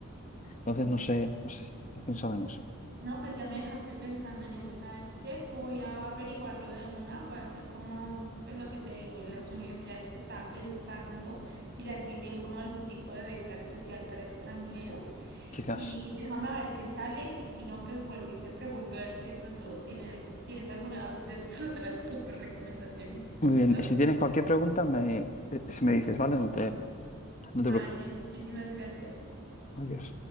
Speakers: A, on the left; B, on the right.
A: Entonces,
B: Ok.
A: no sé, no sé, si has pensado en eso.
B: No, pues ya me dejaste pensando en eso. ¿Sabes qué? Voy a averiguarlo de una. Voy a hacer como, pues lo que te digo, las universidades que estaba pensando, mirar si tienen como algún tipo de beca especial para extranjeros.
A: Quizás.
B: Y déjame a ver qué sale. Y si no, pues vuelvo y te pregunto a ver si de pronto tiene algo- tienes alguna de tus otras súper recomendaciones. ¿Listo?
A: Muy bien, si tienes cualquier pregunta, me, eh, si me dices, ¿vale? No te, no
B: Vale,
A: te preocupes.
B: muchísimas gracias.
A: Adiós.